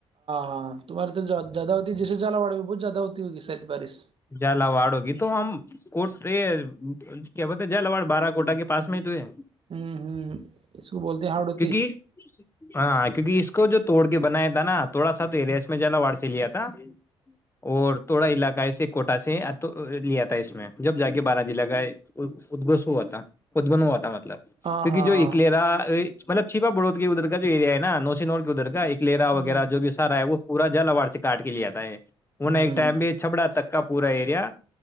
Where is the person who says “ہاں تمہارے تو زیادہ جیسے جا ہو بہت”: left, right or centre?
Right